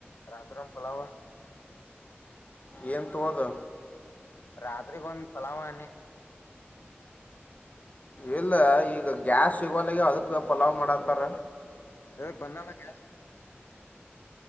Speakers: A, on the left; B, on the left.
A: ರಾತ್ರಿನ್ ಪಲಾವ್.
B: ಏನ್ ತಗೋದ್.
A: ರಾತ್ರಿಗ್ ಒಂದ್ ಪಲಾವ ಅನ್ಯ.
B: ಇಲ್ಲ ಈಗ ಗ್ಯಾಸ್ ಸಿಗವಲ್ಗೆ ಅದಕ್ ಪಲಾವ್ ಮಾಡತ್ತಾರ
A: ಇ ಬಂದಲ್ಲಕ್ಷ